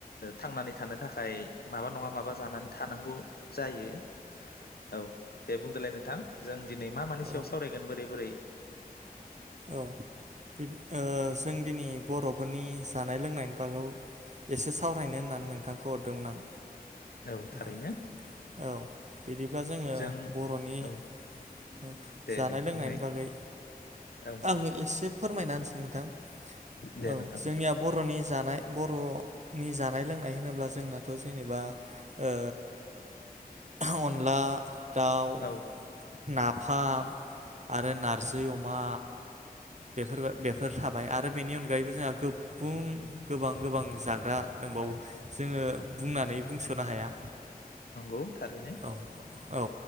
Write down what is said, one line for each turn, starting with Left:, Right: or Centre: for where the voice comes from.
Left: थांनानै थानो थाखाय थाखाय माबा नङा माबा जानानै थानांगौ जायो। ं औ दे बुंदोलाय नोंथां? जों दिनै मा मानि
Right: औ
Left: सायाव सावरायगोन बोरै बोरै?
Right: औ बिदि जों दिनै बरफोरनि जानाय लोंनायनि बागौ एसे सावरायनो होननानै नोंथांखौ हरदोंमोन आं।
Left: औ
Right: नोंथां
Left: थारैनो
Right: औ बिदिब्ला जोङो
Left: जों
Right: बरनि
Left: औ
Right: औ
Left: दे
Right: जानाय
Left: दे
Right: लोंनायनि
Left: बुंनाय
Right: बागै
Left: औ
Right: आङो एसे फोरमायना होनिसै नोंथां
Left: दे
Right: औ
Left: नोंथां
Right: जोंनिया बरनि जानाय बरनि जानाय लोंनाय होनोब्ला जोंनाथ जेनेबा ओ <unintelligible> अनला दाउ।
Left: औ
Right: नाफाम आरो नारजै अमा। बेफोरबो बेफोर थाबाय आरो बेनि अनगायैबो जोंहा गुबुं गोबां गोबां जाग्रा दंबावो
Left: औ
Right: जोङो बुंनानै बुंसनो हाया।
Left: नंगौ थारैनो
Right: औ औ